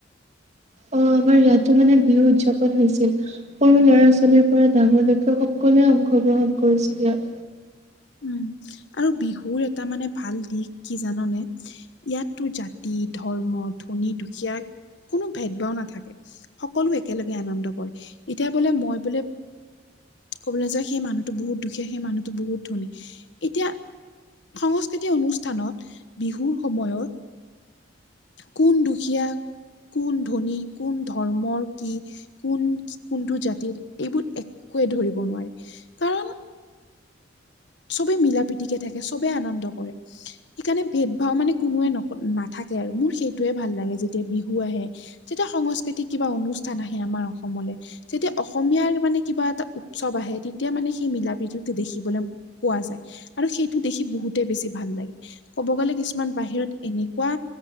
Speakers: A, on the right (about 35°); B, on the left (about 65°).
A: অ আমাৰ ইয়াতো মানে বিহু উদযাপন হৈছিল সৰু ল'ৰা-ছোৱালীৰ পৰা ডাঙৰলৈকে সকলোৱে অংশগ্ৰহণ কৰিছিল ইয়াত
B: উম আৰু বিহুৰ এটা মানে ভাল দিশ কি জানানে ইয়াত তোৰ জাতি, ধৰ্ম, ধনী-দুখীয়া কোনো ভেদ ভাও নাথাকে। সকলো একেলগে আনন্দ কৰে এতিয়া বোলে মই বোলে কবলে যাও সেই মানুহটো বহুত দুখীয়া সেই মানুহটো বহুত ধনী এতিয়া সংস্কৃতি অনুষ্ঠানত বিহুৰ সময়ত কোন দুখীয়া, কোন ধনী, কোন ধৰ্মৰ কি কোন কোনটো জাতিৰ এইবোৰ একোৱে ধৰিব নোৱাৰি, কাৰণ সবেই মিলা প্ৰীতিকেই থাকে সবেই আনন্দ কৰে সেইকাৰণে ভেদ- ভাও মানে কোনোৱে নক নাথাকে আৰু মোৰ সেইটোয়ে ভাল লাগে যেতিয়া বিহু আহে যেতিয়া সংস্কৃতিক কিবা অনুষ্ঠান আহে আমাৰ অসমলে যেতিয়া অসমীয়াৰ মানে কিবা এটা উৎসৱ আহে তেতিয়া মানে সেই মিলা প্ৰীতি দেখিবলৈ পোৱা যায় আৰু সেইটো দেখি বহুতে বেছি ভাল লাগে ক'ব গ'লে কিছুমান বাহিৰত এনেকুৱা